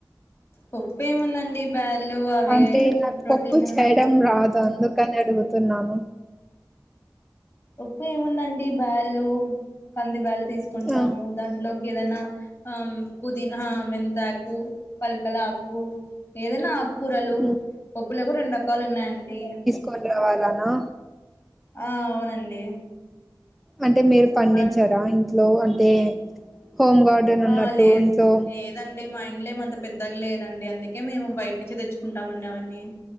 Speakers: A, on the left (about 35°); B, in the centre.
A: పప్పు ఏముందండి బ్యాలు అవే
B: అంటే నాకు
A: రోటీన్
B: పప్పు చేయడం రాదు అందుకనే అడుగుతున్నాము
A: ఉప్పు ఏముందండి బ్యాలు కంది బ్యాలు తీసుకుంటాము
B: ఆ
A: దాంట్లోకి ఏదైనా అమ్ పుదీనా అహ మెంతకు పలకాలకు ఏదన్న కూరలు
B: హ్మ్.
A: పప్పులకు రెండు రకాలు ఉన్నాయండి
B: కొన్ రావాలనా
A: ఆ అవునండి
B: అంటే మీరు పండించరా
A: మనం
B: ఇంట్లో అంటే హోమ్ గార్డెన్
A: ఆ
B: ఉన్నట్టు
A: లేదు
B: ఇంట్లో
A: లేదండి మా ఇండ్లు ఏమంత పెద్దగా లేదండి అందుకే మేము బయట నుంచే తెచ్చుకుంటామండి అవన్నీ